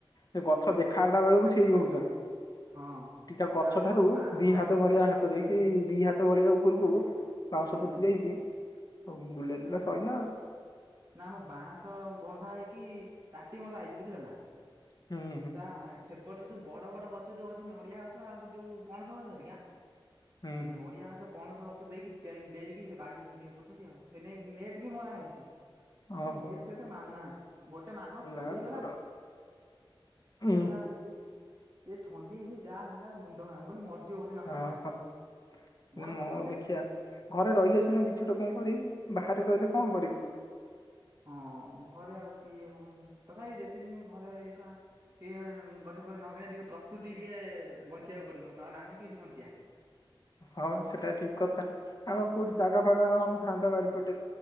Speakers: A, on the left; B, on the right.
A: ସେ ଗଛ ଦେଖା ହେଲା ବେଳକୁ ସେଇ ହଉଛନ୍ତି
B: ହଁ
A: ଟିକେ ଗଛ
B: ନା ଆମର
A: ଠାରୁ
B: ବାଁଶ
A: ଦି ହାତ ଭଳିଆ ହା ହାତ ଦେଇକି, ଦି ହାତ ଭଳିଆ ଉପରକୁ ବାଉଁଶ
B: ହୁଁ
A: ପୋତି ଦେଇକି ଅଉ ବୁଲେଇ ଦେଲେ ସଇଲା ଆଉ।
B: ନା, ଆମ ବାଁସ ବନ୍ଧା ହେଇକି, ତାଟି ମରା ହେଇଛି। ବୁଝିଲ ନା!
A: ହୁଁ ହୁଁ
B: ସା ସେପଟରେ ଯୋଉ ବଡ ବଡ ଗଛ ଯୋଉ ଅଛି, ନଡିଆ ଗଛ ଆଉ, ହେ ଯଉ ପଣସ ଗଛ ହେରିକା
A: ହୁଁ
B: ସେ
A: ହୁଁ
B: ନଡିଆ ଅଛ ପଣସ ଗଛ ଦେଇକି ତେ ଡେଇଁକି, ସେ ବାଡ଼ି ଭିତରୁକୁ ଡେଇଁ ପଡୁଛନ୍ତି ଆଉ। ସେନେଇ ନେଟ୍ ବି ମରା ହେଇଛି।
A: ଓହୋ
B: ଏ ନେଟ୍ ଫେଟ୍ ମାନୁନାହାଁନ୍ତି, ଗୋଟେ ମାଙ୍କଡ ଛନ୍ଦି
A: ନା
B: ହେଇଗଲା।
A: ମୋର ଉଁ
B: ସା ସିଏ, ସିଏ ଛନ୍ଦି ହେଇକି ଯାହା ହେଲା, ମୁଣ୍ଡ ଖରାପ ମୁଁ କହିନି ମର ରି ଯିବ ବୋଧେ ମାଙ୍କଡ଼ଟା!
A: ଓହୋ
B: ବଡ
A: ନା ମୁଁ
B: ମାଙ୍କଡଟେ।
A: ଦେଖିଆ ଘରେ ରହିଲେ ସିନା କିଛି ଗୋଟେ କଣ କରିବୁ? ବାହାରେ ରହିଲେ କଣ କରିବୁ?
B: ହଁ, ଘରେ ଆଉ କିଏ କହୁନୁ? ତଥାପି ଯେତେ ଦିନ ଘରେ ଏଇସାଁ ଟିକେଁ ଗଛଫ ନଗେଇ, ଟିକେ ପ୍ରକୃତିକି ଟିକେ ବଞ୍ଚିବାକୁ ପଡ଼ିବ, ନହେନେ ଆମେ କେମିତି ବଞ୍ଚିବା?
A: ହଁ, ବା ସେଟା ଠିକ୍ କଥା। ଆମର କୋଉଠି ଯାଗା ଫାଗା ହଁ ଥାନ୍ତା, ବାରିପଟେ।